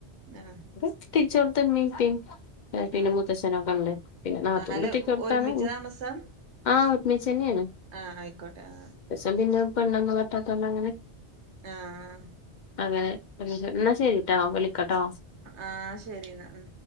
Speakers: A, on the right; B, on the left.
A: ആഹ്
B: കെട്ടിചോട്ത്ത് ഉമ്മേം ഉപ്പേം പിന്നെ
A: ആഹ്
B: മുത്തച്ഛനൊക്കണ്ട് പിന്നെ നാത്തൂൻ
A: ആഹ് അല്ല
B: കെട്ടിച്ചോട്ത്താണ്
A: ഒരുമിച്ച താമസം
B: ആ ഒരുമിച്ചന്നേണ്
A: ആഹ് ആയിക്കോട്ടെ ആഹ്
B: മൂത്തച്ഛൻ പിന്നെ പെണ്ണൊന്നും കെട്ടാത്തോണ്ട് അങ്ങനെ
A: ആഹ്
B: അങ്ങനെ ഇന്നാ ശെരീട്ടോ വിളിക്കാട്ടോ
A: ആ ശരിന്നാ ഉം